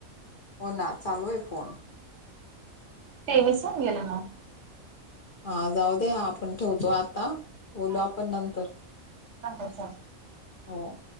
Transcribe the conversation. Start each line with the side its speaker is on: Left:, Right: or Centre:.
Left: हो, ना. चालूय, फोन.
Right: <unintelligible>
Left: हा, जाऊ दे. आपण ठेवतो आता. बोलू,
Right: हा.
Left: आपण नंतर.
Right: चालेल चालेल.
Left: हो.